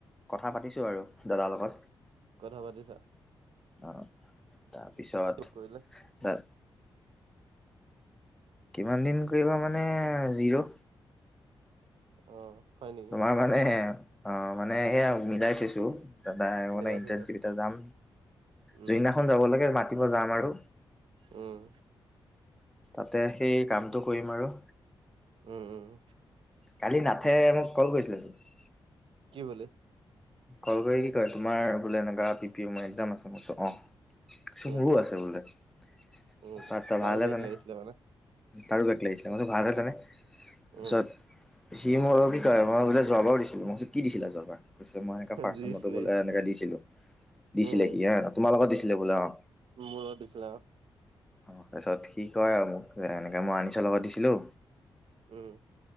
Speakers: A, in the centre; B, on the right.
A: কথা পাতিছো আৰু দাদাৰ লগত
B: কথা পাতিছা
A: অ তাৰপিছত
B: কৰিলে
A: এ কিমান দিন কৰিবা মানে জিৰ'
B: অ হয় নেকি
A: তোমাৰ মানে হে অ মানে এয়া মিলাই থৈছো তাপা মানে
B: মিলাই
A: ইণ্টাৰ্ণশ্বিপ
B: থৈছা
A: এটা যাম
B: উম
A: যিদিনাখন যাব লাগে মাতিব যাম আৰু
B: উম
A: তাতে সেই কামটো কৰিম আৰু
B: উম উম
A: কালি নাথে মোক কল কৰিছিলে তোৰ
B: কি বুলি
A: কল কৰি কি কয় তোমাৰ বোলে এনেকোৱা পি পি এমৰ এক্জাম আছে মোৰ ওচৰত অ চ
B: উম
A: মোৰো আছে বোলে তাৰছত
B: উম
A: আচ্ছা
B: তাৰো
A: ভালে
B: বেক
A: মানে
B: লাগিছিলে
A: তাৰো ব্ৰেক লাগিছিলে মই কৈছো ভাল হৈছেনে
B: উম
A: তাৰপিছত সি মোক কলে কি মই বোলে যোৱাবাৰো দিছিলো মই কৈছো কি দিছিলা যোৱাবাৰ কৈছে মই এনেকা ফাৰ্ষ্ট
B: দিছিলে
A: টাইমতো বোলে এনেকা দিছিলো দিছিলে
B: উম
A: কি হ তোমাৰ লগত দিছিলে বোলে অ
B: মূৰত দিছিলো আও
A: অ তাৰপিছত সি কয় আৰু মোক এনেকে মই আনিছৰ লগত দিছিলো
B: উম